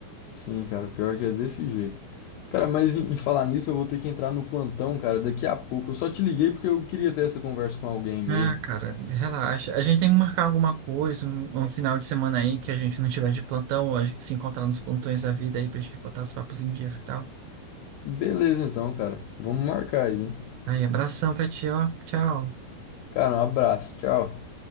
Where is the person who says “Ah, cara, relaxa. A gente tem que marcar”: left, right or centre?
Right